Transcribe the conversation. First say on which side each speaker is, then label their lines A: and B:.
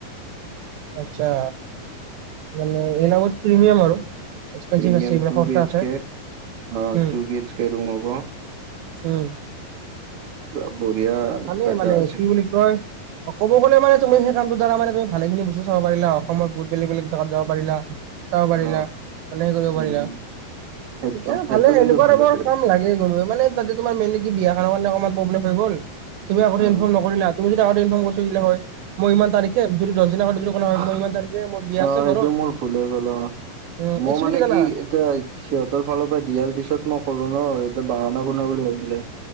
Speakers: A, on the right (about 85°); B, on the right (about 50°).
A: আচ্ছা মানে এলাগত প্ৰিমিয়ম আৰু এক্সপেঞ্চিভ
B: প্ৰিমিয়ম
A: আছে এইবিলাক
B: টু
A: খৰচা
B: বি এইচ
A: আছে।
B: কে, অ',
A: উম,
B: two B H K room হ'ব।
A: উম,
B: পুৰা বঢ়িয়া
A: ভালে
B: জাগা
A: মানে
B: আছিল।
A: কি বুলি কয় ক'ব গলে মানে তুমি সেই কামটো দাৰা মানে তুমি ভালেখিনি বস্তু চাব পাৰিলা, অসমৰ বহুত বেলেগ বেলেগ জাগাত যাব পাৰিলা। চাব পাৰিলা
B: অ',
A: <unintelligible> কৰিব
B: উম,
A: পাৰিলা।
B: উম, সেইটো
A: ঠিকে
B: সেইটো
A: ভালে
B: কিন্তু
A: এনেকুৱা
B: ভাল
A: টাইপৰ
B: আছিল
A: কাম লাগে <unintelligible> মানে তাত যে তোমাৰ মেইনলি কি বিয়া খনৰ কাৰণে অকমান প্ৰব্লেম হৈ গ'ল, তুমি আগতে
B: উম।
A: ইনফৰ্ম নৰিলা। তুমি যদি আগতে ইনফৰ্ম কৰি থৈ দিলা হয়, মই ইমান তাৰিখে যদি দশ দিন আগতে যদি ক'লা হয়,
B: অ',
A: মই ইমান তাৰিখে মোৰ বিয়া
B: সেইটো
A: আছে ঘৰত।
B: মোৰ ভুল হৈ গ'ল অ',
A: উম,
B: মই
A: একচুৱেলি
B: মানে
A: জানা?
B: কি এতিয়া সিহঁতৰ ফালৰ পৰা দিয়াৰ পিছত মই কলো ন' সিহঁতে বাহানা বনোৱা বুলি ভাবিলে।